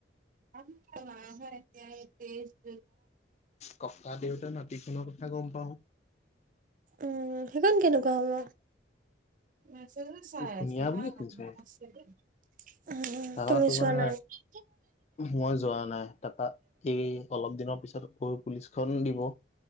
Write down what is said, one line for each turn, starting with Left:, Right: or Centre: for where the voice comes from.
Right: <unintelligible> <inaudible>
Left: ককা দেউতা নাতি খনৰ কথা গম পাও
Right: উম সেইখন কেনেকোৱা হ'ব মেছেজে চাই
Left: ধুনীয়া
Right: আছে না
Left: বুলিয়ে
Right: <unintelligible>
Left: শুনিছো
Right: উম
Left: তাৰপা
Right: তুমি
Left: তোমাৰ
Right: চোৱা নাই নেকি
Left: মই যোৱা নাই তাপা এই অলপ দিনৰ পিছত চুৰ পুলিচখন দিব